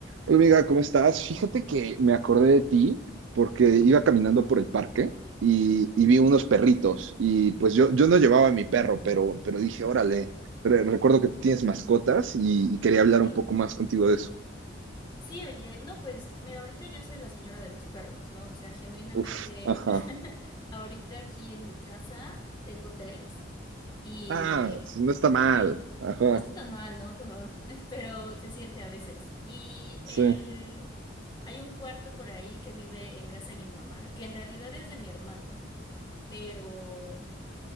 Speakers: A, on the right (about 75°); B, on the left (about 25°).
A: Hola amiga, ¿cómo estás? Fíjate que me acordé de ti porque
B: Ujú,
A: iba caminando por el parque y, y vi unos perritos y pues yo, yo no llevaba a mi perro, pero, pero dije, órale, re- recuerdo que tienes mascotas y, y quería hablar
B: Sí.
A: un poco más contigo de eso.
B: Sí, oye, no, pues mira, ahorita yo soy la señora de los perros, ¿no? O sea, genuinamente,
A: Uf, ajá.
B: <laughs> ahorita aquí en mi casa tengo tres y
A: Ah, no está mal.
B: el,
A: Ajá,
B: no está tan mal, ¿no? Como- <laughs> pero se siente a veces. Y
A: sí.
B: el, hay un cuarto por ahí que vive en casa de mi mamá, que en realidad es de mi hermano, pero